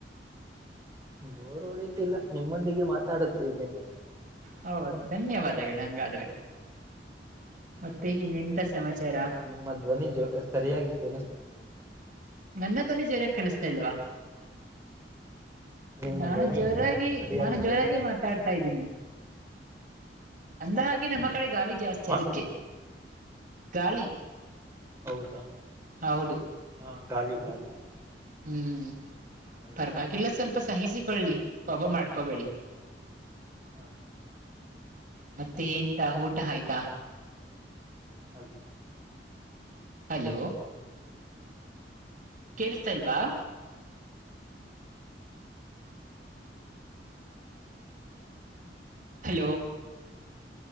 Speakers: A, on the right (about 15°); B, on the right (about 50°).
A: ಬೋರ್ <unintelligible> ನಿಮ್ಮೊಂದಿಗೆ ಮಾತಾಡುತೆನೆ <unintelligible>
B: ಹೌ <unintelligible> ಧನ್ಯವಾದಗಳು ಹಂಗಾದ್ರೆ.
A: ಹ್ಮ
B: ಮತ್ತೆ ಇನ್ನೆಂತ ಸಮಾಚಾರ
A: ನಿಮ್ಮ ಧ್ವನಿ ಜ <unintelligible> ಸರಿಯಾಗಿ <unintelligible>
B: ನನ್ನ ದ್ವನಿ ಜೋರಾಗ್ ಕೇಳ್ಸ್ತಾ ಇಲ್ವಾ.
A: ನಿಮ್ಮ
B: ನಾನು
A: ಧ್ವನಿ
B: ಜೋರಾಗಿ
A: ಸರಿಯಾಗಿ
B: ನಾನು ಜೋರಾಗಿ
A: ಕೇಳಿಸ್ತಾ
B: ಮಾತಾಡ್ತಾ
A: ಇಲ್ಲ
B: ಇದ್ದೀನಿ. ಅಂದ ಹಾಗೆ ನಮ್ಮ ಕಡೆ ಗಾಳಿ ಜಾಸ್ತಿ
A: ಹ
B: ಅದಕ್ಕೆ ಗಾಳಿ.
A: ಹೌದಾ
B: ಹೌದು
A: ಹಾ ಗಾಳಿ ಗಾಳಿ <unintelligible>
B: ಹ್ಮ್
A: ಹ ಹೌದಾ
B: ಪರವಾಗಿಲ್ಲ ಸ್ವಲ್ಪ ಸಹಿಸಿಕೊಳ್ಳಿ. <unintelligible> ಮಾಡ್ಕೊಬೇಡಿ.
A: ಹಾ
B: ಮತ್ತೆ ಏಂತ <unintelligible> ಊಟ ಆಯ್ತಾ
A: <unintelligible>
B: ಹಲೋ ಕೇಳಸ್ತಾಲ್ವಾ. ಹಲೋ